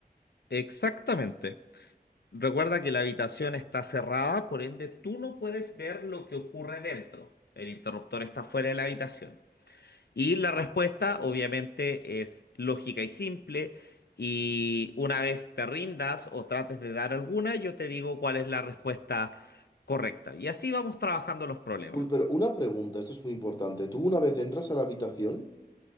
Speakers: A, on the left; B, on the left.
A: Exactamente. Recuerda que la habitación está cerrada, por ende tú no puedes ver lo que ocurre dentro. El interruptor está fuera de la habitación. Y la respuesta obviamente es lógica y simple. Y una vez te rindas o trates de dar alguna, yo te digo cuál es la respuesta correcta. Y así vamos trabajando los problemas.
B: Un- pero una pregunta, esto es muy importante. ¿Tú una vez entras a la habitación,